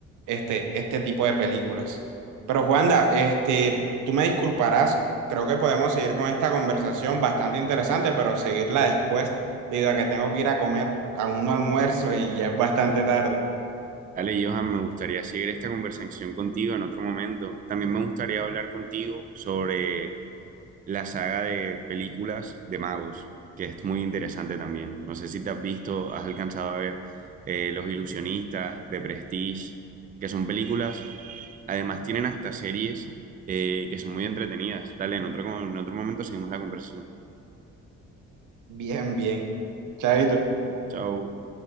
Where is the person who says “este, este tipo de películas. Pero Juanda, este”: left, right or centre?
Right